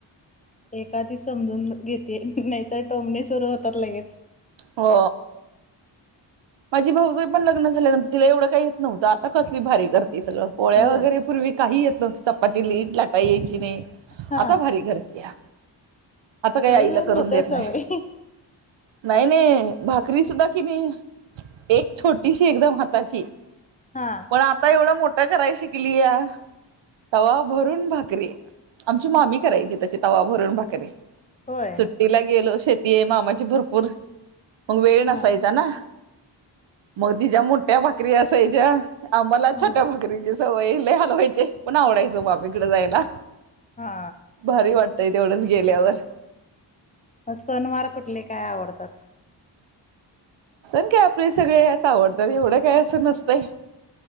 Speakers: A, on the left; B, on the right.
A: एखादी समजून घेते नाहीतर टोंबणी सुरू होतात लगेच
B: हो माझी भाऊजय पण लग्न झाल्यानंतर तिला एवढं काही येत नव्हतं आता कसली भारी करत ते सगळं पोळ्या
A: होय
B: वगैरे पूर्वी काही येत नव्हत चपाती लीट लाटा यायची ति नाही
A: हा
B: आता भारी करतीया. आता काही
A: पुढे
B: आईला
A: जाऊन
B: करून
A: होत्या
B: देत नाही.
A: सवय
B: नाही नाही भाकरी सुद्धा कि नई एक छोटीशी एकदम हाताची.
A: हा
B: पण आता एवढं मोठं कराय शिकलीया तवा भरून भाकरीे आमची मामी करायची तशी तवा भरून भाकरीे.
A: होय
B: सुट्टीला गेलो शेतीय मामाची भरपूर. मग वेळ नसायचा
A: हा
B: ना मग तिच्या मोठ्या भाकरी असायच्या आम्हाला
A: हा
B: छोट्या भाकरीची सवय लय हालवायचे पण आवडायच मामीकड जायला.
A: हा
B: भारी वाटतंय तेवढंच गेल्यावर.
A: सनवार कुठले काय आवडतात.
B: सण काय आपले सगळे याच आवडत एवढं काय असं नसतंय.